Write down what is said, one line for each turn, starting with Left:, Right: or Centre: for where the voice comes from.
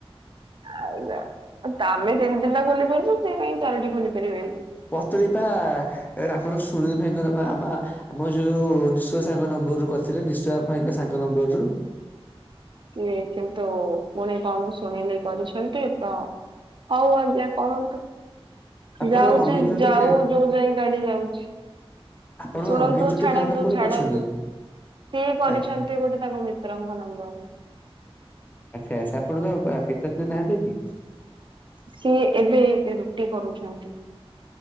Right: ଆଜ୍ଞା- ତମେ ତିନି ତିନି ଟା ଖୋଲି ପାରୁଛ, ସେ କାହିଁ ଚାରିଟା ଖୋଲି ପାରିବେନି?
Left: ପତୁଳି ପା -ଆମର ସୁନୀଲ ଭାଇଙ୍କ ନ -ବା -ଆ - ଆ-ଆମ ଯୋଉ ନିଃଶ୍ବ ସାର ନ ମୁରୁ କରିଥିଲେ ନିଶ୍ଵା ଭାଇଙ୍କ ସାଙ୍ଗ ନମ୍ବର ରୁ।
Right: କିଏ, କିନ୍ତୁ, ପୁଣି, କଣ ଶୁଣି ନେ କରିଛନ୍ତି ତ ହଉ, ଆଜ୍ଞା କରନ୍ତୁ।
Left: ଆପଣଙ୍କ
Right: ଯାଉଛି,
Left: ରଙ୍ଗୀନ ଚୁଟି
Right: ଯାଉ,
Left: କେ
Right: ଯୋଉ ଯାଏ ଗାଡି ଯାଉଛି।
Left: ଆପଣଙ୍କ
Right: ଶୁଣନ୍ତୁ,
Left: ରଙ୍ଗୀନ ଚୁଟି
Right: ଛାଡ଼ନ୍ତୁ,
Left: କାହା ନମ୍ବରକୁ
Right: ଛାଡ଼ନ୍ତୁ।
Left: ଅଛନ୍ତି?
Right: ସିଏ କରିଛନ୍ତି,
Left: ଆଜ୍ଞା
Right: ଗୋଟେ ତାଙ୍କ ମିତ୍ରଙ୍କ ନମ୍ବରକୁ।
Left: ଆଚ୍ଛା-ଆଚ୍ଛା ଆପଣଙ୍କ ପିତାଶ୍ରୀ ନାହାନ୍ତି କି?
Right: ସିଏ ଏବେ ରୁଟି କରୁଛନ୍ତି।